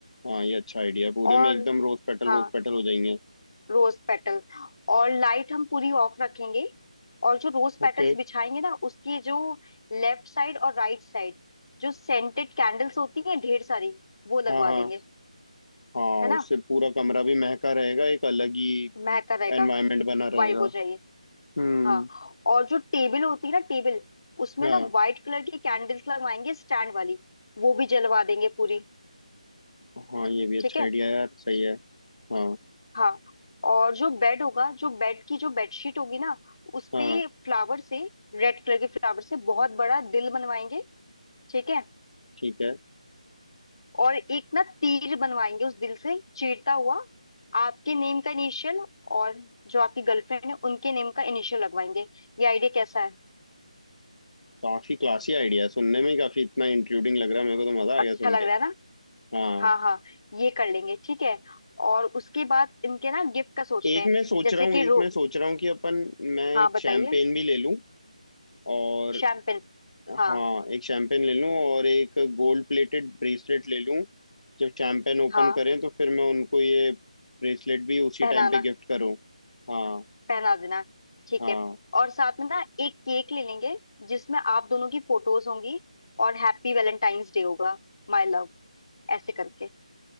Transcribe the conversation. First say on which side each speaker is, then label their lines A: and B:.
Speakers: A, on the left; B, on the left.
A: हाँ ये अच्छा आइडिया पूरे
B: और
A: में एकदम रोज पेटल
B: हाँ
A: रोज पेटल हो जाएंगे
B: रोज पेटल और लाइट हम पूरी ऑफ रखेंगे और जो रोज पेटल्स
A: ओके
B: बिछाएंगे ना उसके जो लेफ्ट साइड और राइट साइड जो सेंटेड कैंडल्स होती हैं ढेर सारी वो लगवा
A: हाँ हाँ
B: देंगे
A: हाँ
B: है ना
A: उससे पूरा कमरा भी महका रहेगा एक अलग ही
B: महका रहेगा
A: एनवायरनमेंट बना रहेगा
B: वाइब हो जाएगी
A: हम्म
B: हाँ और जो टेबल होती है ना टेबल उसमें
A: हाँ
B: ना व्हाइट कलर की कैंडल्स लगवाएंगे स्टैंड वाली वो भी जलवा देंगे पूरी
A: हाँ ये भी अच्छा
B: ठीक है
A: आइडिया यार सही है हाँ
B: हाँ और जो बेड होगा जो बेड की जो बेडशीट होगी ना उस
A: हाँ
B: पे फ्लावर से रेड कलर के फ्लावर से बहुत बड़ा दिल बनवाएंगे ठीक है
A: ठीक है
B: और एक ना तीर बनवाएंगे उस दिल से चीरता हुआ आपके नेम का इनिशियल और जो आपकी गर्लफ्रेंड है उनके नेम का इनिशियल लगवाएंगे ये आइडिया कैसा है
A: काफी क्लासी आइडिया है सुनने में ही काफी इतना इंट्रूडिंग लग रहा है मेरे को तो मजा आ
B: अच्छा
A: गया सुन
B: लग
A: के
B: रहा है ना
A: हाँ
B: हाँ हाँ ये कर लेंगे ठीक है और उसके बाद इनके ना गिफ्ट का सोचते
A: एक
B: हैं
A: मैं सोच
B: जैसे
A: रहा हूँ
B: कि
A: एक
B: रो
A: मैं सोच रहा हूँ कि अपन मैं
B: हाँ
A: एक
B: बताइए
A: शैम्पेन भी ले लूँ और
B: शैम्पेन हाँ
A: हाँ एक शैंपेन ले लूँ और एक गोल्ड प्लेटेड ब्रेसलेट ले लूँ जब शैंपेन ओपन
B: हाँ
A: करें तो फिर मैं उनको ये ब्रेसलेट भी उसी
B: पहनाना
A: टाइम पे गिफ्ट करूँ हाँ
B: पहना देना ठीक
A: हाँ
B: है और साथ में ना एक केक ले लेंगे जिसमें आप दोनों की फोटोज होंगी और हैप्पी वैलेंटाइंस डे होगा माय लव ऐसे करके